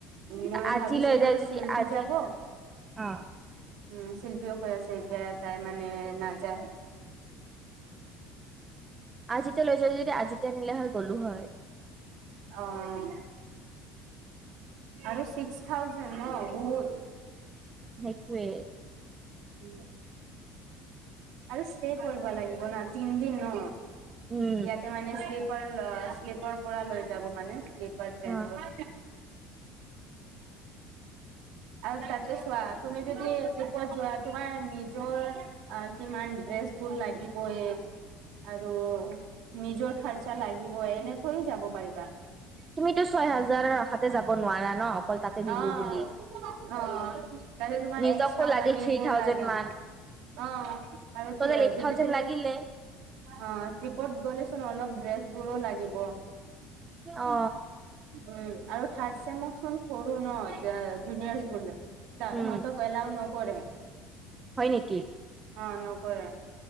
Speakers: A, on the right; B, on the right.
A: মই
B: আজি
A: ভাবিছিলো
B: লৈ যায় যদি
A: শিল্পী
B: আজি
A: যাব।
B: অ
A: উম শিল্পীয়ো কৈ আছে তাই মানে নাযায়।
B: আজি তই লৈ যোৱা যদি আজি তই নিলে হয় গ'লো হয়।
A: অঁ। আৰু ছিক্স থাউজেণ্ড ন বহুত।
B: সেইটোৱে।
A: উম। আৰু ইষ্টে ষ্টে কৰিব লাগিব না, তিনিদিন ন
B: উম
A: ইয়াত মানে শ্লিপাৰ শ্লিপাৰ পৰা লৈ যাব মানে শ্লিপাৰ ট্ৰেনটো।
B: অ
A: <inaudible> আৰু তাতে চোৱা তুমি যদি ট্ৰিপত যোৱা, তোমাৰ নিজৰ অঁ কিমান ড্ৰেছ বোৰ লাগিবইয়ে। আৰু নিজৰ খাৰচা লাগিবই, এনেকৈও যাব পাৰিবা।
B: তুমিতো ছয় হাজাৰৰ আশাতে যাব নোৱাৰা ন। অকল তাতে দিলো
A: অঁ
B: বুলি।
A: অঁ, তাতে তোমাৰ
B: নিজকো
A: এক্সট্ৰা
B: লাগিল
A: মানি
B: থ্ৰী
A: এইবোৰ
B: থাউজেণ্ড
A: লাগে
B: মান
A: অঁ। অঁ আৰু
B: টটেল এইট
A: যদি
B: থাউজেণ্ড
A: তুমি
B: লাগিলে।
A: অঁ, ট্ৰিপত গ'লেচোন অলপ ড্ৰেছবোৰো লাগিব।
B: অ।
A: উম আৰু থাৰ্ড চেম চোন সৰু ন, যা যুনিয়ৰছ বোৰ
B: উম
A: ইহঁতক এলাও নকৰে।
B: হয় নেকি?
A: অঁ, নকৰে